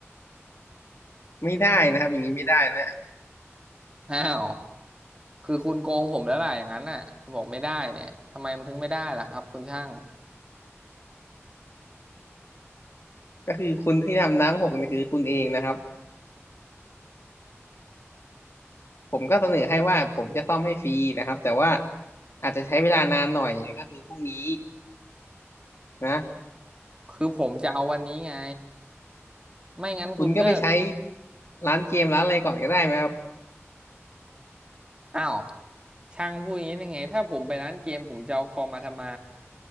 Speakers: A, on the left (about 60°); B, on the right (about 20°).
A: ไม่ได้นะครับอย่างนี้ไม่ได้นะ
B: <laughs> อ้าวคือคุณโกงผมแล้วล่ะอย่างนั้นน่ะบอกไม่ได้เนี่ยทำไมมันถึงไม่ได้ล่ะครับคุณช่าง
A: ก็คือคุณที่ทำน้ำหกนี่คือคุณเองนะครับผมก็เสนอให้ว่าผมจะซ่อมให้ฟรีนะครับแต่ว่าอาจจะใช้เวลานานหน่อยก็คือพรุ่งนี้ นะ
B: คือผมจะเอาวันนี้ไงไม่งั้นคุณก็
A: คุณก็ไปใช้ร้านเกมร้านอะไรก่อนก็ได้ไหมครับ
B: อ้าวช่างพูดอย่างนี้ได้ไงถ้าผมไปร้านเกมผมจะเอาคอมมาทำไม